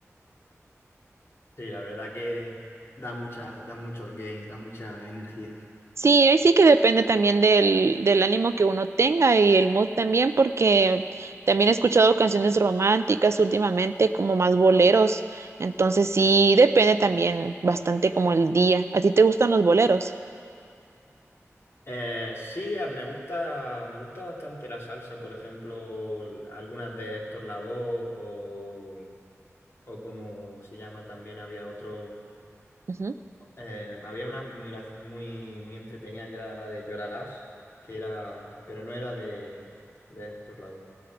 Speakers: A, on the left (about 55°); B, on the right (about 60°).
A: Sí, la verdad que da mucha, da mucho gain, da mucha energía.
B: Sí, ahí sí que depende también del, del ánimo que uno tenga y el mood también, porque también he escuchado canciones románticas últimamente, como más boleros. Entonces sí, depende también bastante como el día. ¿A ti te gustan los boleros?
A: Eh, sí, eh, me gusta, me gusta bastante la salsa, por ejemplo, l- algunas de Héctor Lavoe o, o como se llama también, había otro,
B: Ujú.
A: eh, había una muy, gra- muy, muy entretenida que era la de Llorarás, que era, pero no era de, de Héctor Lavoe,